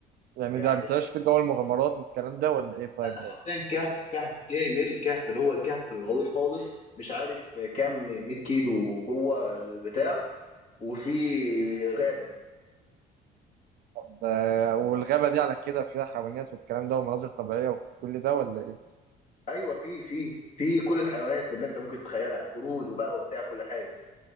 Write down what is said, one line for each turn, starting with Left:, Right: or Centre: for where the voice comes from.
Right: يعني
Left: يعني
Right: ده بتعيش في جو المغامرات والكلام ده ولا ايه طيب
Left: ده حرفيا كهف كهف كامل كهف اللي هو الكهف الغويط خالص مش عارف كام 100 كيلو جوه البتاع وفي غابه
Right: طب آه، والغابة دي على كده فيها حيوانات والكلام ده ومناظر طبيعية وكل ده ولا ايه
Left: ايوه في في في كل الحيوانات اللي انت ممكن تتخيلها قرود وبقى وبتاع كل حاجه